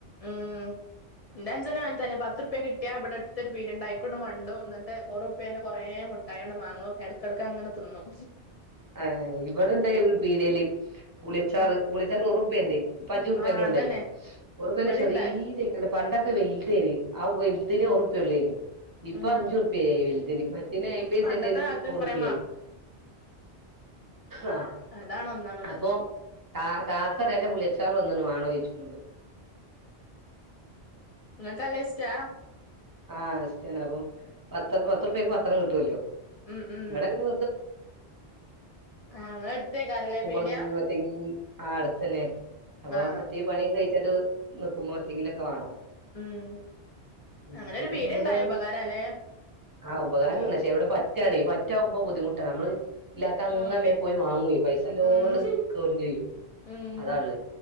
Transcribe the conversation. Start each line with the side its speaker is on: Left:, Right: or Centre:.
Left: ഉം എഞ്ചന തന്നെ പത്ത്പ്യ കിട്ട ത്തിയാ ഇവിടെ അടുത്തൊരു പീടിയോണ്ടായി അയാക്കുട് മണ്ടും ന്നിട്ട് ഒര്റുപ്പേന്റെ കൊറേ മുട്ടായി അങ്ങട് വാങ്ങും എടു അങ്ങനെ തിന്നും
Right: ആ ഇവിടൊണ്ട് ഒരു പീടികേല് പുളിയച്ചാറ്
Left: ആഹ്
Right: പുളിയച്ചാറിന് ഒറുപ്യയുണ്ടെ ഇപ്പ അഞ്ചുറുപ്യെന്റെ
Left: ആഹ്
Right: ഉണ്ടല്ലോ
Left: അതന്നെ
Right: ഒറുപ്യെന്റെ
Left: ഇവിടെണ്ട്
Right: ചെറീതെ പണ്ടൊക്കെ വലുതേന് ആ വലുതിന് ഉറുപ്യെ ഉള്ളേന് ഇപ്പൊ
Left: ഉം
Right: അഞ്ചുറുപ്യായി വലുതിന് മറ്റ പിന്നെ അയിന്റേം
Left: പണ്ടത്തെ
Right: സെന്റിന്
Left: കാലത്തും
Right: ഒറുപ്പിയായി
Left: കൊറേ
Right: ആഹ്
Left: അതാണൊന്നാമത്
Right: അപ്പൊ കാ കാക്കറെന്റെ പുളിയാച്ചാറ് വന്നൊന്ന് വണോദിച്ചുംകൊണ്ട്
Left: ങ്ങക്ക് നല്ലേശ്റ്റാ
Right: ആഹ് ഇഷ്റ്റാണ് അപ്പം പത്തെ പത്തുറുപ്യക്ക് പത്തെണ്ണം കിട്ടുവല്ലോ
Left: ഉം ഉം
Right: ഇവിടങ്ങനെ
Left: ആഹ് ഇങ്ങളെ അടുത്തേക്കാരല്ലേ പീടിയ
Right: <unintelligible> <unintelligible> ആ അടുത്തല്ലെ അപ്പൊ
Left: ആഹ്
Right: ഇത്തീ പണിയും കഴിച്ചിട്ട് നിക്കുമ്പോ എന്തെങ്കിലോക്കെ വേണം
Left: ഉം
Right: ഉം
Left: അങ്ങനെ
Right: പിന്നെ
Left: ഒരു പീടിയ
Right: നിങ്ങളിവിടെ
Left: ഇണ്ടായ ഉപകാരാല്ലേ
Right: ആ ഉപകാരല്ല
Left: അല്ലെങ്കി
Right: ക്ഷെ ഇവിടെ പ ക്കിയാലേ പറ്റാവുമ്പൊ ബുദ്ധിമുട്ടാ ഞമ്മള് ഇല്ലാത്ത <unintelligible>
Left: ആഹ്
Right: പോയി വാങ്ങുവേ പൈസല്ലോണ്ട്
Left: ഉം
Right: കേറീം ചെയ്യും
Left: ഉം
Right: അതാ ഉള്ളെ